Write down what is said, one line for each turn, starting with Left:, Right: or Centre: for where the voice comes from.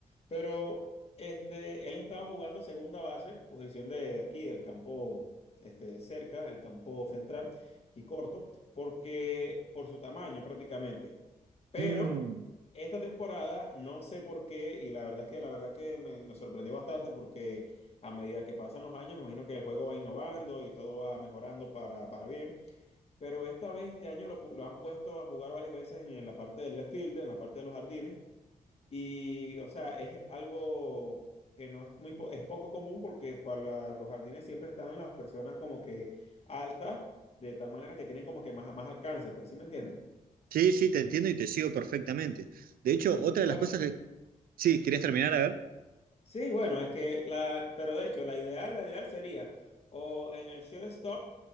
Left: Pero este, él estaba jugando segunda base, posición de, de aquí, del campo este, cerca, el campo central, aquí corto, porque por su tamaño prácticamente. Pero
Right: Mm,
Left: esta temporada no sé por qué, y la verdad es que la verdad que me, me sorprendió bastante porque a medida que pasan los años, me imagino que el juego va innovando y todo va mejorando para, para bien. Pero esta vez, este año, lo, pu- lo han puesto a jugar varias veces en la parte del left field, en la parte de los jardines. Y, o sea, es algo que no es muy, po- es poco común porque para la- los jardines siempre están las personas como que altas, de tal manera que tienen como que más, más alcance, pues, ¿sí me entiendes?
Right: Sí, sí, te entiendo y te sigo perfectamente. De hecho,
Left: Sí,
Right: otra
Left: bueno.
Right: de las cosas que... Sí, ¿querías terminar? A ver.
Left: Sí, bueno, es que la, pero de hecho, la ideal, la ideal sería o en el shortstop,